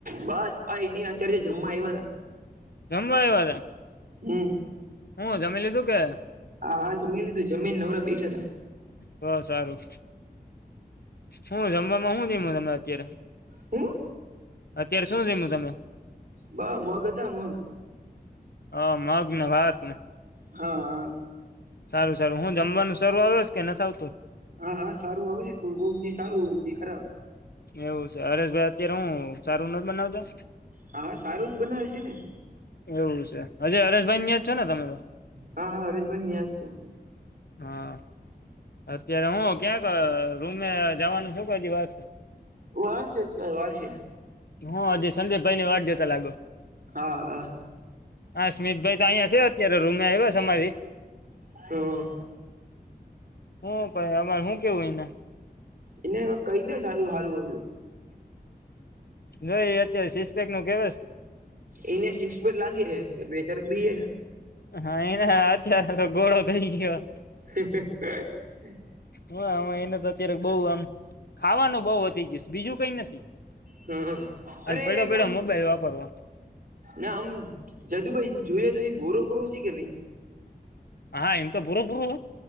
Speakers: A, on the right (about 55°); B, on the left (about 70°).
A: બસ કઈ નહી અત્યારે જમવા આવ્યા હતા
B: જમવા આવ્યા તા
A: હમ્મ
B: હું જમી લીધું કે
A: હા હા જમીન લીધું જમીન નવરા બેઠા હતા
B: બહુ સારું હું જમવામાં શું નહી તમે અત્યારે
A: હું
B: અત્યારે શું જમયુ તમે
A: બા મગ હતા મગ
B: હ મગને વાત ને
A: હા હા
B: સારું સારું હું જમવાનું સારૂ આવે કે નથી આવતું
A: હા હા સારું આવશે કોક દી સારું કોક દી ખરાબ
B: એવું છે હરેશ ભાઈ અત્યારે હું સારું નથી બનાવતા
A: હા સારું જ બનાવે છે ને
B: એવું છે હજી હરેશભાઈ ન્યા જ છો ને તમે તો
A: હા હા હરેશભાઈ મેચછે
B: હા અત્યારે હું ક્યાંક રૂમે જવાનું છું કે હજી વાર
A: વાર સે તાય વાર શે
B: હું હજી સંજે ભાઈ ને વાડ જોતા લાગો
A: હા
B: હા સ્મિતભાઈ તો અહીંયા શે અત્યારે રૂમે આવ્યા અમારી
A: <inaudible>
B: હું ભાઈ અમારે શું કેવું હોય ને
A: એને કઈ દે સારું સારું
B: જો એ અત્યારે સીસપેક નો કેવા
A: એને શિક્પેટ લાગે છે કે બેચાર બી
B: હા એને હ છે તો અત્યાર ગોળો થઈ ગયો
A: <inaudible>
B: હોવે હોવે એને તો અત્યારે બઉ આમ ખાવાનું બહુ વધી ગયુ બીજું કઈ નથી
A: હમ
B: અને
A: અરે
B: પડ્યો
A: કઈક
B: પડ્યો
A: આમ
B: મોબાઈલ વાપરવાણો
A: ના આમ જાદુભાઈ જોઈએ તો એ ગોરો ગોરો શી કે નઈ
B: હા એમ તો બુરો બુરો